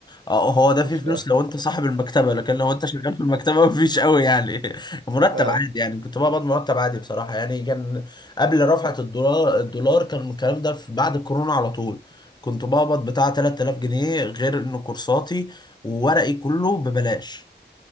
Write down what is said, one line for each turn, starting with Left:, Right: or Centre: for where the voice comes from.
Left: آه، هو ده
Right: في
Left: فيه
Right: فلوس
Left: فلوس لو انت صاحب المكتبة لكن لو انت شغال في المكتبة <laughs> مفيش قوي يعني
Right: <laughs>
Left: مرتب
Right: آه
Left: عادي يعني كنت بقبض مرتب عادي بصراحة يعني كان قبل رفعة الدولار الدولار كان الكلام ده في بعد الكورونا على طول كنت بقبض بتاع 3000 جنيه غير ان كورساتي وورقي كله ببلاش